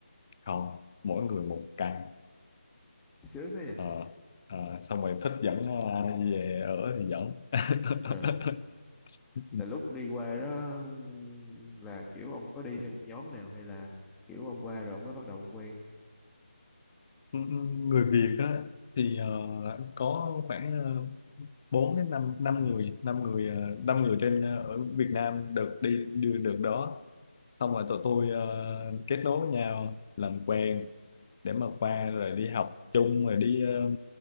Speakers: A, on the left; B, in the centre.
A: không mỗi người một căn
B: Sướng thế nhỉ?
A: Ờ, ờ, xong rồi thích dẫn ờ, ai về ở thì dẫn <laughs>
B: Ờ.
A: Ừ.
B: Là lúc đi qua đó ừm, là kiểu ông có đi theo một nhóm nào hay là kiểu ông qua rồi ông mới bắt đầu ông quen?
A: ừ, Người Việt á thì ờ, có khoảng ờ, 4 đến 5 năm năm người năm người ờ, năm người trên ờ, ở Việt Nam được đi đưa được đó xong rồi tụi tôi ờ, kết nối với nhau làm quen để mà qua rồi đi học chung rồi đi ờ,